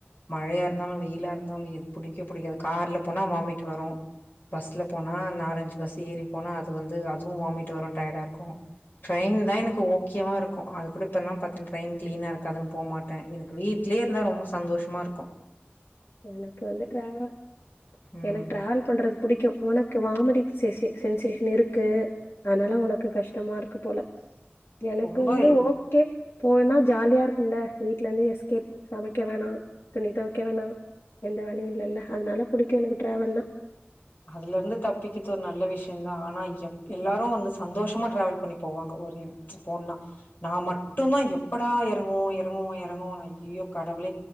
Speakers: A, on the left; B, on the left.
A: மழையா இருந்தாலு வெயிலா இருந்தாலு பிடிக்க பிடிக்காது கார்ல போனா வாமிட் வரு பஸ்ல போனா நாலஞ்சு பஸ் ஏறி போனா அது வந்து அது அதுவு வாமிட் வரு டயர்டா இருக்கு ட்ரெயின் தா எனக்கு ஓகேவா இருக்கு அது கூட இப்பலா பாத்தன் ட்ரெயின் கிளீனா இருக்காதுன்னு போ மாட்டே எனக்கு வீட்லயே இருந்தா ரொம்ப சந்தோஷமா இருக்கும்
B: எனக்கு வந்து டிராவல்
A: ம்
B: எனக்கு டிராவல் பண்றது புடிக்கு உனக்கு வாமிடிக் சிசி சென்சேஷன் இருக்கு அதனால உனக்கு கஷ்டமா இருக்கு போல எனக்கு
A: ரொம்ப
B: வந்து ஓகே போனா ஜாலியா இருக்கும்ல வீட்ல இருந்து எஸ்கேப் சமைக்க வேணா துணி தொவைக்க வேணா எந்த வேலையு இல்லல்ல அதனால புடிக்கு எனக்கு டிராவல்னா
A: அதுல இருந்து தப்பிக்கிறது ஒரு நல்ல விஷயம்தா ஆனா எப் எல்லாரு வந்து சந்தோஷமா டிராவல் பண்ணி போவாங்க ஒரு போனா நா மட்டும்தா எப்படா எறங்குவோ எறங்குவோ எறங்குவோன் ஐயோ கடவுளே